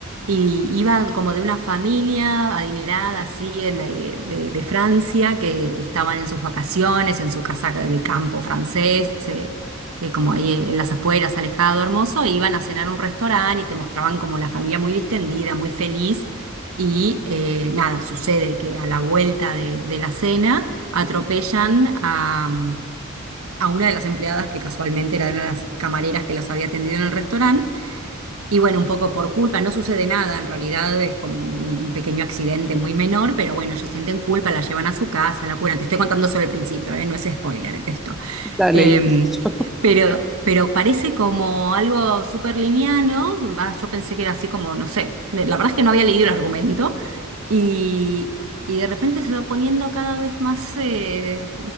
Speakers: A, on the right; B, in the centre.
A: y iba como de una familia adinerada, así, el, eh, de, de Francia, que estaban en sus vacaciones, en su casa de campo francés, eh, eh, como ahí eh, en las afueras, alejado, hermoso, e iban a cenar a un restaurante y te mostraban como la familia muy distendida, muy feliz. Y eh, nada, sucede que a la vuelta de, de la cena atropellan a, a una de las empleadas que casualmente era de una de las camareras que los había atendido en el restaurante. Y bueno, un poco por culpa, no sucede nada, en realidad es como un, un pequeño accidente muy menor, pero bueno, ellos sienten culpa, la llevan a su casa, la curan. Te estoy contando solo el principio, ¿eh? No es spoiler es esto.
B: Dale,
A: Em,
B: yo te escucho.
A: pero, pero parece como algo súper liviano. Va, yo pensé que era así como, no sé, la verdad es que no había leído el argumento. Y, y de repente se va poniendo cada vez más eh,